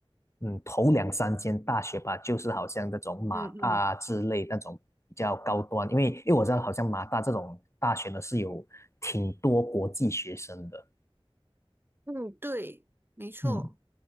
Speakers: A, on the left (about 30°); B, on the right (about 20°).
A: 嗯头两三间大学吧，就是好像那种马大之类那种比较高端，
B: <laughs> 嗯嗯
A: 因为因为我知道好像马大这种大学呢是有挺多国际学生的，
B: 嗯，对，没错。
A: 嗯，